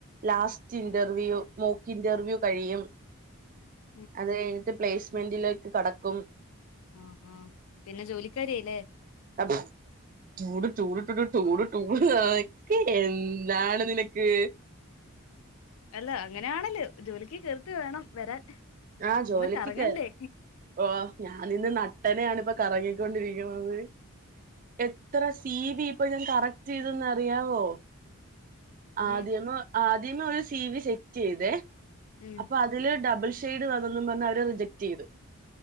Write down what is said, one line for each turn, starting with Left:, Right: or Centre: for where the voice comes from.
Right: ലാസ്റ്റ് ഇന്റർവ്യൂ മോക്ക് ഇന്റർവ്യൂ കഴിയും.
Left: <inaudible>
Right: അത് കഴിഞ്ഞിട്ട് പ്ലേസ്മെന്റിലേക്ക് കടക്കും.
Left: ആ ആ പിന്നെ ജോലിക്കാരിയായില്ലേ?
Right: അതെ- ചൂടു ചൂടു ടൂടു ക്കെ എന്താണ് നിനക്ക്?
Left: അല്ല അങ്ങനെയാണല്ലേ ജോലിക്ക് കേറിട്ട് വേണം വരാൻ.
Right: ആ ജോലിക്ക്
Left: ഒന്ന് കറങ്ങണ്ടേ
Right: കേ ഓ ഞാനിന്ന് നട്ടന ആണ ഇപ്പൊ കറങ്ങി ക്കുന്നത് എത്ര സി ബി ഇപ്പൊ ഞാൻ കറക്ട് ചെയ്തന്നറിയാവോ?
Left: ഏ
Right: ആദ്യം ആദ്യം ഒരു സി വി സെറ്റ് ചെയ്തേ
Left: ഉം
Right: അപ്പൊ അ അതില് ഡബിൾഷെയ്ഡ് വന്നണ് പറഞ് അവര് റിജക്ട് ചെയ്തു